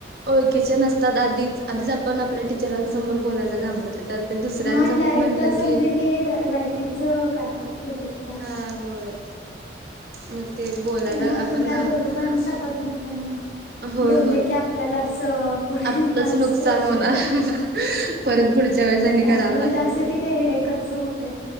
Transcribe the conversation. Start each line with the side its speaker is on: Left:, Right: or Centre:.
Right: ओळखीचे नसतात आधीच आधीच आपण आपल्या टीचरांसमोर बोलाला घाबरतो त्यात ते दुसऱ्यांसमोर
Left: हा आणि डायरेक्ट
Right: म्हणलं
Left: असं
Right: की
Left: म्हणजे की लायकीच काढतात एकएक तर
Right: हा होय. म ते बोलायला
Left: आणि आपण काय
Right: घाब
Left: बोलू पण शकत नाय त्यांना
Right: होय
Left: बोलले
Right: होय.
Left: की आपल्यालाच पुढे
Right: आपलंच
Left: मार्क्सचा
Right: नुकसान
Left: इशू
Right: होणार
Left: होतय.
Right: परत पुढच्या वेळेस आणि
Left: फार
Right: करावं
Left: म्हणजे
Right: लागेल
Left: अस
Right: पण
Left: की ते हिडेकच होतय.